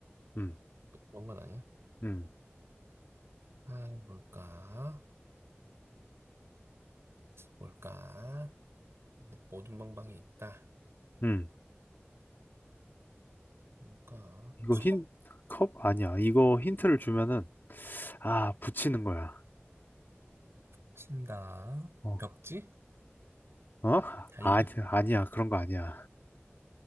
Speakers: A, on the left (about 50°); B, on the right (about 70°).
A: 음,
B: 먹은 건 아니야?
A: 음,
B: 아, 뭘까? 뭘까? 모든 방방이 있다.
A: 음.
B: 뭘까?
A: 이거
B: 커?
A: 힌, 컵? 아니야. 이거 힌트를 주면은, 아, 붙이는 거야.
B: 친다.
A: 어?
B: 벽지?
A: 어?
B: 달력?
A: 아니, 아니야. 그런 거 아니야.